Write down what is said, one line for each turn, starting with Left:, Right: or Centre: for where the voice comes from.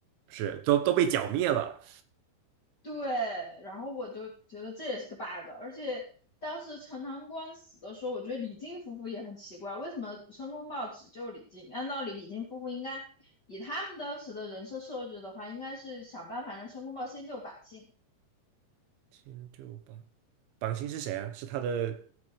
Right: 是都都被剿灭了。
Left: 对，然后我就觉得这也是个 bug，而且当时陈塘关死的时候，我觉得李靖夫妇也很奇怪，为什么申公豹只救李靖？按道理李靖夫妇应该以他们当时的人设设置的话，应该是想办法让申公豹先救百姓，
Right: 天就榜榜星是谁啊？是他的